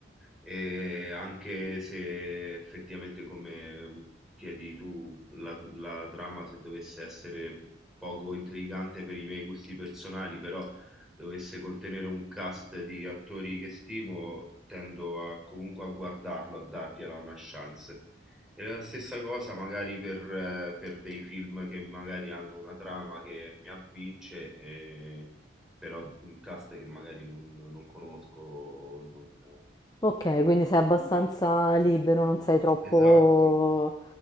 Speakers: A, in the centre; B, on the left.
A: e anche se effettivamente, come chiedi tu, la, la trama se dovesse essere poco intrigante per i miei gusti personali, però dovesse contenere un cast di attori che stimo, tendo a- comunque a guardarlo, a dargliela una chance. È la stessa cosa magari per, eh, per dei film che magari hanno una trama che mi avvince, eh, però un cast che magari non, non conosco, o non,
B: Ok,
A: di cui
B: quindi
A: non
B: sei
A: ho
B: abbastanza
A: stima.
B: libero, non sei troppo...
A: Esatto,